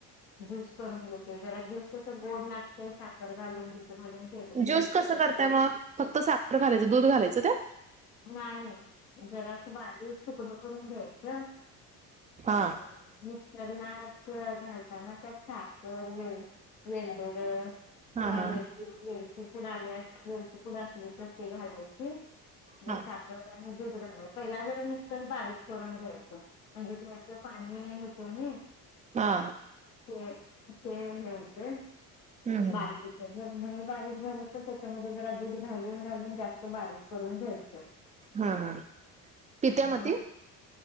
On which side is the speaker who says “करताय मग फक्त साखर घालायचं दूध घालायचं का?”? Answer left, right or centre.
Right